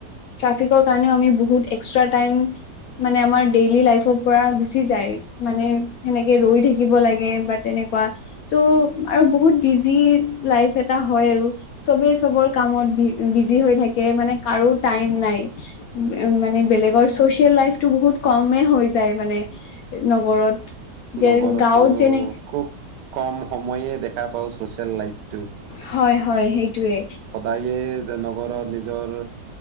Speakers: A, on the left; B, on the right.
A: ট্ৰাফিকৰ কাৰণেও আমি বহুত এক্সট্ৰা টাইম, মানে আমাৰ ডেইলি লাইফৰ পৰা গুচি যায়, মানে সেনেকে ৰৈ থাকিব লাগে বা তেনেকুৱা। ত' আৰু বহুত বিজি লাইফ এটা হয় আৰু। চবেই চবৰ কামত বি বিজি হৈ থাকে মানে কাৰো টাইম নাই। উম' মানে বেলেগৰ চচিয়েল লাইফটো বহুত কমে হৈ যায় মানে। নগৰত। যে
B: নগৰতো,
A: গাঁৱত যেনে
B: খুব কম সময়ে দেখা পাওঁ ছচিয়েল লাইফটো।
A: হয় হয় সেইটোয়ে।
B: দায়ে নগৰত নিজৰ